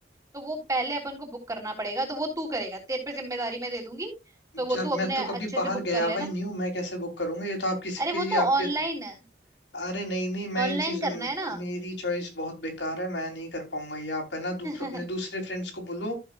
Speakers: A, on the right; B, on the left.
A: तो वो पहले अपन को बुक करना पड़ेगा तो वो तू करेगा तेरे पे जिम्मेदारी मैं दे दूंगी तो वो
B: यार
A: तू अपने
B: मैं तो
A: अच्छे
B: कभी बाहर
A: से बुक
B: गया
A: कर लेना
B: हुआ ही नहीं हूँ मैं कैसे बुक करूंगा ये तो आप किसी
A: अरे
B: की
A: वो तो ऑनलाइन
B: आपके
A: है
B: अरे नहीं नहीं मैं
A: ऑनलाइन
B: इन चीजों
A: करना है
B: मेरी चॉइस बहुत बेकार है मैं नहीं कर पाऊंगा ये आप है ना दू,
A: ना
B: अपने दूसरे फ्रेंड्स को बोलो